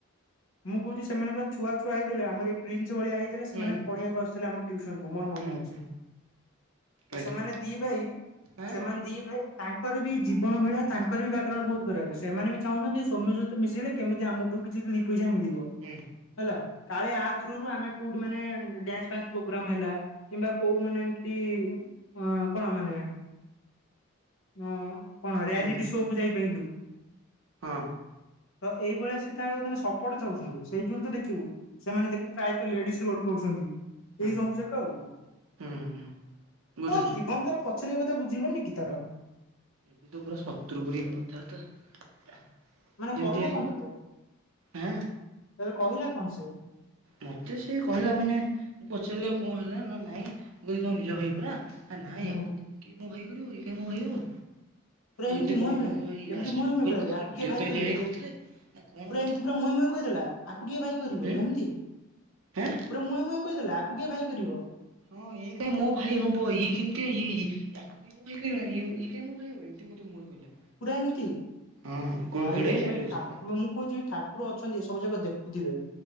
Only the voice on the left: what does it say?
ମୁଁ କହୁଛି ସେମାନେ ପୁରାଛୁଆ ଛୁଆ ହେଇଥିଲେ ଆମର ଏଇ ପ୍ରିନ୍ସ ଭଳିଆ ହେଇଥିଲେ ସେମାନେ
ପଢିବାକୁ ଆଶୁଥିଲେ ଆମ ଟିଉସନ କୁ ମୋର ମନେ
ଅଛି।
ତ
ସେମାନେ ଦି ଭାଇ
ସେମାନେ ଦି ଭାଇ ତାଙ୍କର ବି ଜୀବନ
ଭଳିଆ ତାଙ୍କ କରିବି ବ୍ୟାଗ୍ରାଉଣ୍ଡ ବହୁତ ଖରାପ। ସେମାନେ ବି ଚାହୁଁଛନ୍ତି ସୋମ୍ୟ ସହିତ ମିଶିଲେ କେମିତି ଆମଠୁ କିଛି ଦି ପଇସା ମିଳିବ।
ହେଲା କାଳେ ଆ ଥ୍ରୁରୁ ଆମେ କୋଉଠି ମାନେ ଡାନ୍ସ ଫ୍ୟାନ୍ଶ୍ ପ୍ରୋଗ୍ରମ୍ ହେଲା। କିମ୍ବା କୋଉ ମାନେ ଏମତି ଅ କଣ ମାନେ ହଁ କଣ ରିୟାଲିଟି
ଶୋ କୁ ଯାଇପାରିଲୁ।
ତ ଏଇଭଳିଆ ସେ ତାଙ୍କ ମାନେ ସପୋଟ ଚାହୁଁଛନ୍ତି। ସେଇ ଯୁରୁ ତ ଦେଖିବୁ ସେମାନେ ଦେଖିବୁ ପ୍ରାୟତଃ ଲେଡିସ୍ ରୋଲ କରୁଛନ୍ତି।
ଏଇ ସବୁ ଯାକ ଆଉ କଣ।
ହଁ ଜୀବନ ତାର ପଛରେ ଏ କଥା ବୁଝିବନି କି ତାର।
ମାନେ
କହିଲା କଣ ତୋତେ
ତତେ କହିଲା କଣ ସେ?
ହୁଁ
ପୁରା
ମୁହେଁ
ମୁହେଁ
ଏମିତି
ମୁହେଁ ମୁହେଁ
ପୁରାପୁରି
ଆକୁ
କିଏ
କରିବ
ପୁରା
ଏମିତି ପୁରା ମୁହେଁ ମୁହେଁ କହିଦେଲା ଆକୁ କିଏ ଭାଇ କରିବ
ଏମିତି ପୁରା
ମୁହେଁ ମୁହେଁ କହିଦେଲା ଆକୁ କିଏ ଭାଇ କରିବ?
ପୁରା ଏମିତି
ଭାଇରେ
ଭାଇ
ଠାକୁର ମୁଁ କହୁଛି ଠା କୁର ଅଛନ୍ତି ସବୁ ଯାଗ ଦେଖୁଥିବେ।